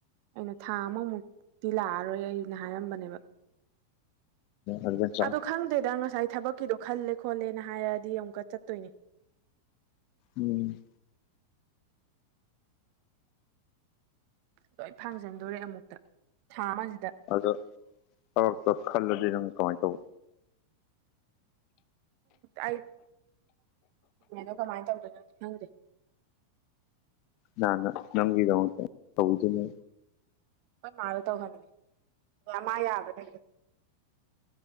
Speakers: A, on the right; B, on the left.
A: ꯑꯩꯅ ꯊꯥ ꯑꯃꯃꯨꯛꯇꯤ ꯂꯥꯛꯑꯔꯣꯏ ꯑꯩꯅ ꯍꯥꯏꯔꯝꯕꯅꯦꯕ
B: ꯑꯗꯨꯗ
A: ꯑꯗꯣ ꯈꯪꯗꯗ ꯑꯉ ꯁꯥꯏ ꯊꯕꯛꯀꯤꯗꯣ ꯈꯜꯂꯦ ꯈꯣꯠꯂꯦꯅ ꯍꯥꯏꯔꯛꯗꯤ ꯑꯃꯨꯛꯀ ꯆꯠꯇꯣꯏꯅꯦ
B: ꯎꯝ
A: ꯂꯣꯏ ꯐꯥꯡꯖꯟꯗꯣꯔꯦ ꯑꯃꯨꯛꯇ ꯊꯥ ꯑꯃꯁꯤꯗ
B: ꯑꯗꯣ ꯊꯕꯛꯇꯣ ꯈꯜꯂꯗꯤ ꯅꯪ ꯀꯃꯥꯏꯅ ꯇꯧꯕ
A: ꯑꯩ ꯑꯗꯣ ꯀꯃꯥꯏꯅ ꯇꯧꯗꯣꯏꯅꯣꯗꯤ ꯈꯪꯗꯦ
B: ꯅꯥꯅ ꯅꯪꯒꯤꯗꯃꯛꯇ ꯇꯧꯕꯤꯗꯣꯏ ꯅꯣ
A: ꯑꯩꯈꯣꯏ ꯃꯥꯗ ꯇꯧꯍꯟꯒꯦ ꯅꯃꯥ ꯌꯥꯕ꯭ꯔꯦ